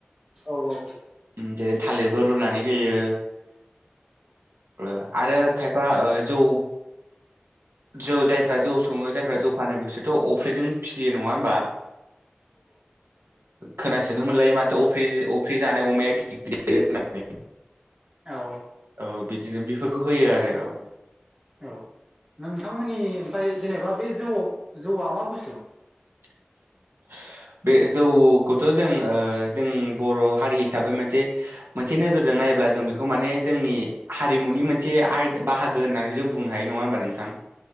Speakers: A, on the right; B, on the right.
A: औ औ।
B: जेरै थालिरबो रुनानै होयो ओ आरो खायफा। आ जौ जौ सङो जौ। फानो बिसोरथ' अफ्रिजों फिसियो नङा होमबा खोनासो मोनलायो माथो अफ्रि अफ्रि जानाय अमाया गिदिर गिदिर देरो होनानै
A: औ
B: औ जों बिदिनो बेफोरखौ होयो आरो औ
A: औ नोंथांमोननि ओमफ्राय जेनेबा बे जौआव जौआ मा बुस्थु
B: <inaudible> जौखौथ' जों ओ जों बर' हारि हिसाबै मोनसे मोनसे नोजोरजों नायोब्ला ज जों बेखौ माने जोंनि हारिमुनि मोनसे आय बाहागो होननानै जों बुंनो हायो नङा होनबा नोंथां